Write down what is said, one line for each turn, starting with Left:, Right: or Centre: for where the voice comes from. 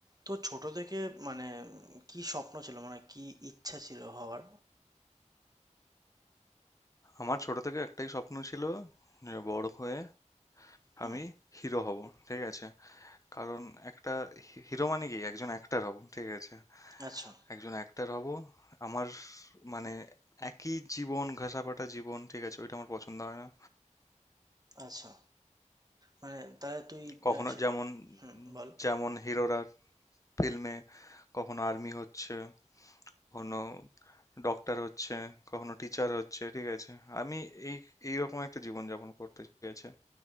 Right: তো ছোট থেকে মানে কি স্বপ্ন ছিল মানে কি ইচ্ছা ছিল হওয়ার
Left: আমার ছোট থেকে একটাই স্বপ্ন ছিল যে বড় হয়ে
Right: হুম
Left: আমি হিরো হব ঠিক আছে কারণ একটা হিরো মানে কি একজন অ্যাক্টার হব ঠিক আছে
Right: আচ্ছা
Left: একজন অ্যাক্টার হব আমার মানে একই জীবন ঘেঁষাপাটা জীবন ঠিক আছে ওইটা আমার পছন্দ হয় না
Right: আচ্ছা মানে তাহলে তুই
Left: কখনো
Right: আহ, সে-
Left: যেমন
Right: হুম বল
Left: যেমন হিরোরা ফিল্মে কখনো আর্মি হচ্ছে কখনো ডক্টর হচ্ছে কখনো টিচার হচ্ছে ঠিক আছে আমি এই এইরকম একটা জীবন যাপন করতে ঠিক আছে